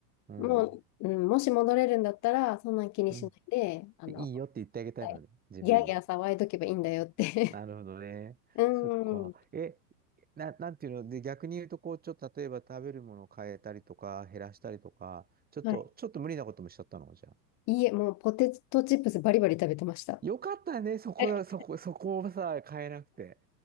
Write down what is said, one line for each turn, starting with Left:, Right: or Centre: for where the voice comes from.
Right: うん。
Left: もう、うん、もし戻れるんだったら、そんなん気にしないで、
Right: うん。
Left: あの、
Right: でいいよって言ってあげたいのね、
Left: はい、
Right: 自分に。
Left: ギャーギャー騒いどけばいいんだよって。
Right: なるほどね。
Left: <laughs> うん。
Right: そっか。
Left: うん
Right: え、な、なんていうの、で、逆に言うと、こう、ちょっと例えば食べるものを変えたりとか、減らしたりとか、ちょっと、
Left: はい。
Right: ちょっと無理なこともしちゃったのじゃあ。
Left: いいえ、もうポテトチップスバリバリ食べてました。
Right: よかったね、そこだ、
Left: え
Right: そこ、そこをさ、変えなくて。